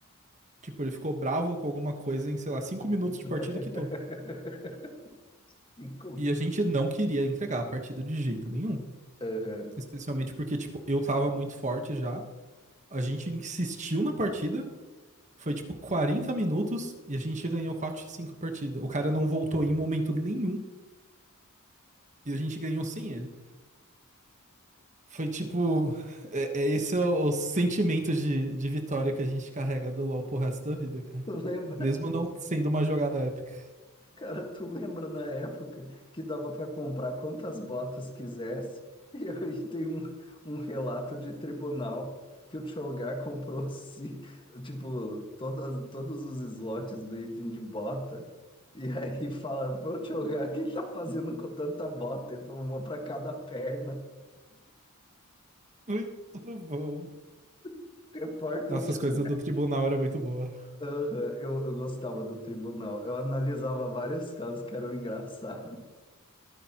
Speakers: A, on the right; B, on the left.
A: Tipo, ele ficou bravo com alguma coisa em, sei lá, cinco minutos
B: <laughs>
A: de partida e quitou.
B: Ficou-
A: E a gente não queria entregar a partida de jeito nenhum.
B: Aham.
A: Especialmente porque, tipo, eu tava muito forte já. A gente insistiu na partida Foi tipo 40 minutos e a gente ganhou quatro x 5 partida. O cara não voltou em momento nenhum e a gente ganhou sem ele. Foi tipo. É, é esse é o, o sentimento de, de vitória que a gente carrega do LoL pro resto da vida, cara.
B: lembra?
A: Mesmo não sendo uma jogada épica.
B: Cara, tu lembra na época que dava para comprar quantas botas quisesse? <laughs> E aí tem um, um relato de tribunal que o Tchogar comprou, se, tipo, todas, todos os slots do item de bota. E aí fala, ô Tchogar, o que tá fazendo com tanta bota? Ele falou, uma para cada perna.
A: Muito bom.
B: <laughs> Reporta
A: Nossa,
B: o Tchogar.
A: as coisas do tribunal eram muito boa.
B: Aham, eu, eu gostava do tribunal. Eu analisava vários casos que eram engraçados.